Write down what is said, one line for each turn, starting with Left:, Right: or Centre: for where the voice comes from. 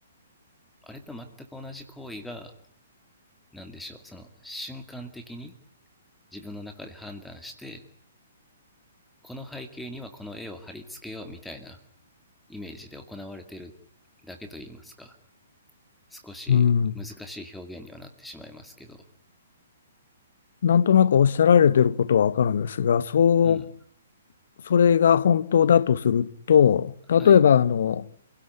Centre: あれと全く同じ行為がなんでしょう、その瞬間的に自分の中で判断して、この背景にはこの絵を貼り付けようみたいなイメージで行われているだけといいますか、少し難しい表現にはなってしまいますけど、
Left: うん。なんとなくおっしゃられてることはわかるんですが、そ
Centre: うん、
Left: う、それが本当だとすると、例えばあの、
Centre: はい、